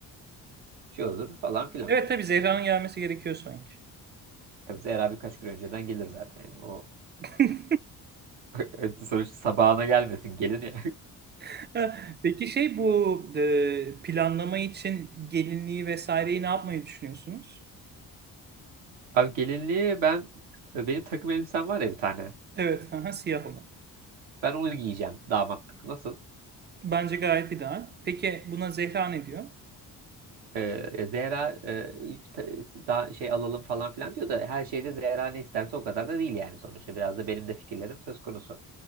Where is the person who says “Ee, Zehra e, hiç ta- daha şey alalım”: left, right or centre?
Right